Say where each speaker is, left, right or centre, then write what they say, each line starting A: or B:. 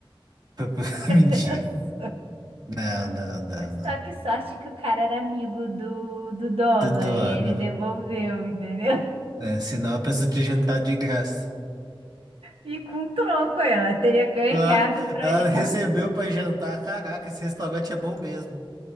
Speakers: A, on the right (about 45°); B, on the right (about 85°).
A: <laughs> Mentira.
B: <laughs>
A: Não, não, não, não.
B: Só que sorte que o cara era amigo do, do dono,
A: Tudo
B: aí
A: ano.
B: ele devolveu, entendeu? <laughs>
A: Né? Senão a pessoa te jantar de graça.
B: E com troco ela teria ganhado
A: Ah,
B: pra
A: ela
B: já.
A: recebeu pra jantar. Caraca, esse restaurante é bom mesmo.